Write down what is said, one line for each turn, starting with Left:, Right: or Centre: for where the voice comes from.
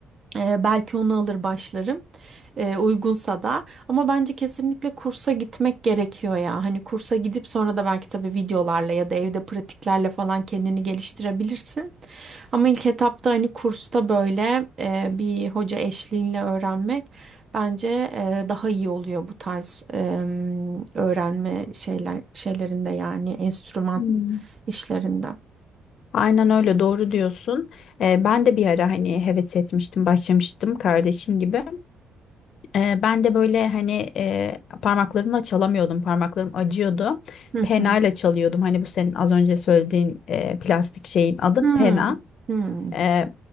Right: E, belki onu alır başlarım e, uygunsa da ama bence kesinlikle kursa gitmek gerekiyor ya. Hani kursa gidip sonra da belki tabii videolarla ya da evde pratiklerle falan kendini geliştirebilirsin. Ama ilk etapta hani kursta böyle e, bir hoca eşliğinle öğrenmek bence e, daha iyi oluyor bu tarz e, öğrenme şeyler şeylerinde yani enstrüman
Left: Hmm.
Right: işlerinde.
Left: Aynen öyle doğru diyorsun. Ee, ben de bir ara hani heves etmiştim, başlamıştım kardeşim gibi. Ee, ben de böyle hani e, parmaklarımla çalamıyordum, parmaklarım acıyordu.
Right: Hı
Left: Penayla
Right: hı.
Left: çalıyordum. Hani bu senin az önce söylediğin e, plastik şeyin adı
Right: Hmm.
Left: pena.
Right: Hmm.
Left: Eee,